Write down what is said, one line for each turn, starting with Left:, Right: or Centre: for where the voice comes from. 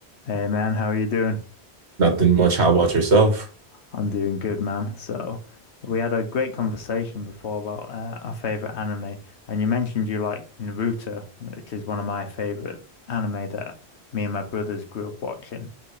Left: Hey man, how are you doing?
Right: Nothing much. How about yourself?
Left: I'm doing good, man. So, we had a great conversation before about uh, our favorite anime, and you mentioned you like Naruto, which is one of my favorite anime that me and my brothers grew up watching.